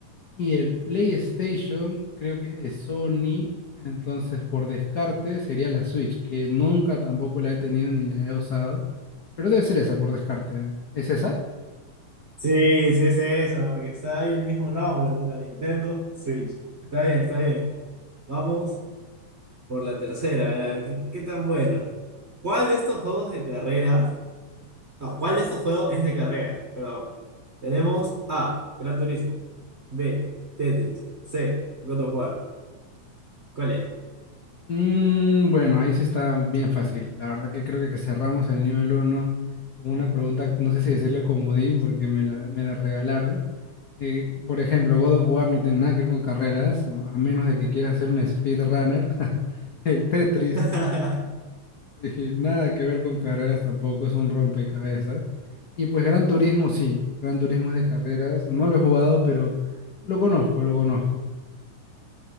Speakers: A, on the left (about 65°); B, on the right (about 35°).
A: Y el PlayStation creo que es de Sony, entonces por descarte sería la Switch, que nunca tampoco la he tenido ni la he usado, pero debe ser esa por descarte. ¿Es esa?
B: Sí, sí es esa, porque está ahí el mismo nombre, ¿no? La Nintendo Switch. Está bien, está bien. Vamos por la tercera, a ver, a ver, ¿qué, qué tan bueno? ¿Cuál de estos juegos de carreras? No, ¿cuál de estos juegos es de carrera? Perdón. Tenemos A. Gran Turismo. B. Tetris. C. God of War. ¿Cuál es?
A: Mm, bueno, ahí sí está bien fácil. La verdad que creo que, que cerramos el nivel uno con una pregunta, no sé si decirle comodín porque me la, me la regalaron. Eh, por ejemplo, God of War no tiene nada que ver con carreras, ¿no? A menos de que quieras ser un speedrunner. <laughs> El Tetris
B: <laughs>
A: Y nada que ver con carreras tampoco, es un rompecabezas. Y pues Gran Turismo sí, Gran Turismo es de carreras, no lo he jugado, pero lo conozco, lo conozco.